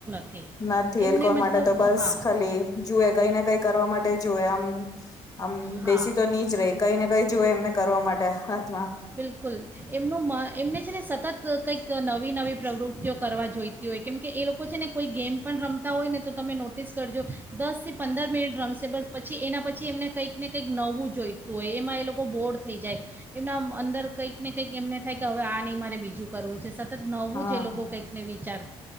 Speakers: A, on the right; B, on the left.
A: <unintelligible>
B: નથી
A: એમને
B: એ લોકો કોઈ
A: મતલબ
B: માટે તો બસ
A: હા
B: ખાલી જુએ કઈ ને કઈ કરવા માટે જુવે આમ આમ
A: હા
B: બેસી તો નહી જ ર કઈ ને કઈ જુય એમને કરવા માટે. <unintelligible>
A: બિલકુલ એમનું મ એમને છે ને સતત કંઈક નવી નવી પ્રવૃત્તિઓ કરવા જોઈતી હોય, કેમકે એ લોકો છે ને કોઈ ગેમ પણ રમતા હોય ને તો તમે નોટિસ કરજો દસથી પંદર મિનિટ રમશે બસ, પછી એના પછી એમને કંઈક ને કંઈક નવવું જોઈતું હોય, એમાં એ લોકો બોર થઈ જાય એમના. અંદર કંઈક ને કંઈક એમને થાય કે હવે ની મારે બીજું કરવું છે સતત નવું
B: હા
A: જે લોકો કંઈકને. ચાર.